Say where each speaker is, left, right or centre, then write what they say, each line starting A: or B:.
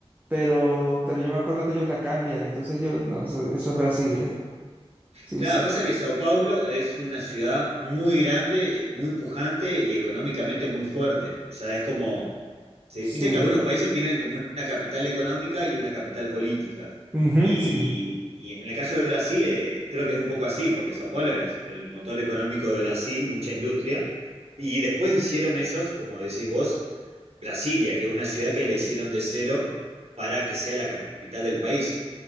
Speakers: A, on the right; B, on the right.
A: pero, pero yo me acuerdo que ellos la cambian, entonces yo, no, eso, eso es Brasilia. Sí,
B: Claro,
A: sí,
B: pasa que Sao Paulo es una ciudad muy grande, muy pujante y económicamente muy fuerte. O sea, es como, se-
A: sí.
B: viste que algunos países tienen como una capital económica y una capital política.
A: Ujú,
B: Y,
A: sí,
B: y en el caso de Brasil, eh, creo que es un poco así, porque Sao Paulo es el motor económico de Brasil, mucha industria. Y después hicieron ellos, como decís vos, Brasilia, que es una ciudad que la hicieron de cero para que sea la capital del país.